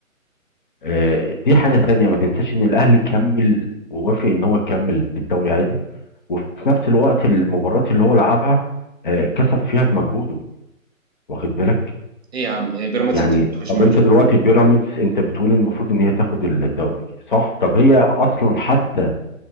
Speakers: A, on the left (about 35°); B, on the right (about 50°).
A: آه، دي حاجه تانية ما تنساش ان الاهلي كمل ووافق ان هو يكمل الدوري عادي وفي نفس الوقت المباريات اللي هو لعبها آه، كسب فيها بمجهوده واخد بالك
B: ايه يا عم إيه بيراميدز
A: يعني
B: بتكسب مش
A: طب
B: ماتش
A: انت دلوقتي بيراميدز انت بتقول المفروض ان هي تاخد الدوري صح طب هي اصلا حتى